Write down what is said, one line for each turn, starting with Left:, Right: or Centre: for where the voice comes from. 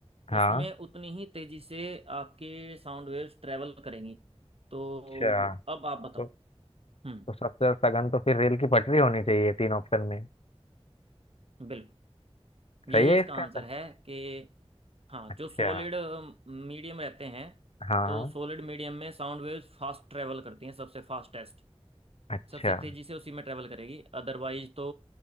Left: हाँ
Right: उसमें उतनी ही तेज़ी से आपके साउंड वेव्स ट्रेवल करेंगी तो
Left: अच्छा
Right: अब आप बताओ
Left: तो,
Right: हम्म
Left: तो सबसे ज्यादा सगन तो फिर रेल की पटरी होनी चाहिए तीन ऑप्शन में
Right: बिल्कुल
Left: सही
Right: यही
Left: है
Right: इसका
Left: इसका
Right: आंसर
Left: आंसर?
Right: है कि हाँ
Left: अच्छा
Right: जो सॉलिड मीडियम रहते हैं
Left: हाँ
Right: तो सॉलिड मीडियम में साउंड वेव्स फास्ट ट्रेवल करती हैं सबसे फास्टेस्ट
Left: अच्छा
Right: सबसे तेज़ी से उसी में ट्रेवल करेगी अदरवाइज तो